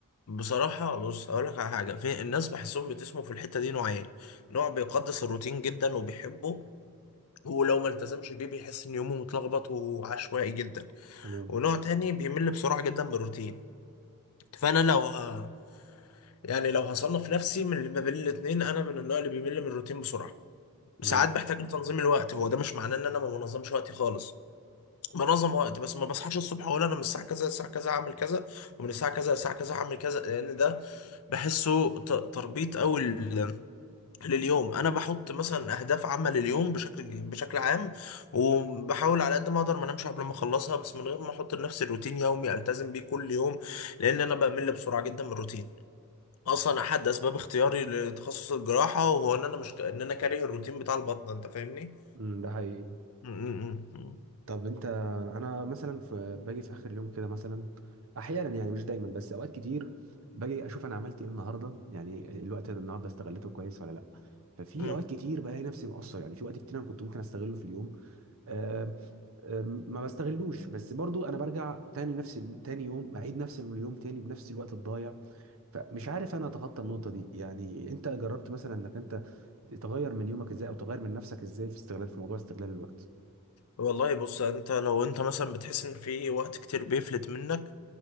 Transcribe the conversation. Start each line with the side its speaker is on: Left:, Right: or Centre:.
Left: بصراحة بص هقول لك على حاجة في الناس بحسهم بتسموا في الحتة دي نوعين نوع بيقدس الروتين جدا وبيحبه ولو ما التزمش بيه بيحس ان يومه متلخبط وعشوائي جدا
Right: تمام
Left: ونوع تاني بيمل بسرعة جدا من الروتين فانا لو ه... يعني لو هصنف نفسي من اللي ما بين الاتنين انا من النوع اللي بيمل من الروتين بسرعة
Right: تمام
Left: ساعات بحتاج لتنظيم الوقت هو ده مش معناه ان انا ما بنظمش وقتي خالص بنظم وقت بس ما بصحاش الصبح اقول انا من الساعه كذا للساعه كذا هعمل كذا ومن الساعه كذا للساعه كذا هعمل كذا لان ده بحسه ت- تربيط قوي ل- لليوم انا بحط مثلا اهداف عامه لليوم بشكل بشكل عام وبحاول على قد ما اقدر ما انامش قبل ما اخلصها بس من غير ما احط لنفسي روتين يومي التزم بيه كل يوم لان انا بمل بسرعه جدا من الروتين اصلا احد اسباب اختياري لتخصص الجراحه وهو ان انا مش ك... ان انا كاره الروتين بتاع البطنه انت فاهمني
Right: امم ده حقيقي
Left: مم. مم. مم.
Right: طب انت انا مثلا في باجي في اخر اليوم كده مثلا احيانا يعني مش دايما بس اوقات كتير باجي اشوف انا عملت ايه النهارده يعني الوقت ده النهارده استغلته كويس ولا لا ففي
Left: مم.
Right: اوقات كتير بلاقي نفسي مقصر يعني في وقت كتير انا كنت ممكن استغله في اليوم آم، آم، ما بستغلوش بس برضو انا برجع تاني نفس ال- تاني يوم بعيد نفس اليوم تاني بنفس الوقت الضايع فمش عارف انا اتخطى النقطة دي يعني انت جربت مثلا انك انت تغير من يومك ازاي او تغير من نفسك ازاي في استغلال في موضوع استغلال الوقت
Left: والله بص انت لو انت مثلا بتحس ان في وقت كتير بيفلت منك